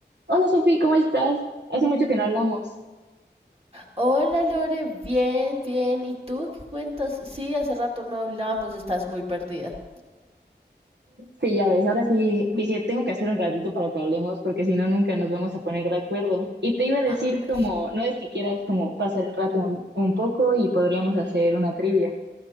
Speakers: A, on the right (about 70°); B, on the right (about 35°).
A: Hola Sofi, ¿cómo estás? Hace mucho que no hablamos.
B: Hola Lore, bien, bien. ¿Y tú qué cuentas? Sí, hace rato no hablamos. estás muy perdida.
A: Sí, ya ves, ahora sí dije, tengo que hacer un ratito para que hablemos porque si no, nunca nos vamos a poner de acuerdo. Y te iba a decir
B: Ah,
A: como,
B: sí.
A: no es si quieras como pasar el rato un, un poco y podríamos hacer una trivia.